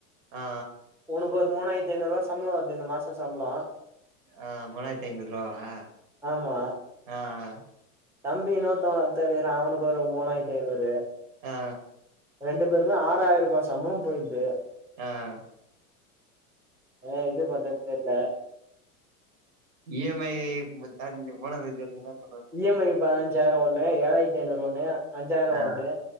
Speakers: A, on the right; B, in the centre.
A: ஆ
B: உனக்கு ஒரு மூணாயிரத்திஐநூறுூபா சம்பளம் வருது இந்த மாசம் சம்பளம்
A: ஆஹ் மூணாயிறது ஐநூறு ரூபாவா
B: ஆமா
A: ஆஹ்
B: தம்பி நூத்த தெரியற அவனுக்கு ஒரு மூணாயிரத்தி ஐந்நூறு
A: ஆ
B: ரெண்டு பேருமே ஆறாயிரம் ரூபா சம்பளம் போயிடுது
A: ஆஹ்
B: என்கிட்ட பத்து வாட்டி கேட்ட
A: இஎம்ஐ <unintelligible>
B: இஎம்ஐ பதினஞ்சாயிரம் ஒண்ணு ஏழாயிரத்தி ஐநூறு ஒண்ணு அஞ்சாயிரம்
A: ஆ
B: ஒண்ணு,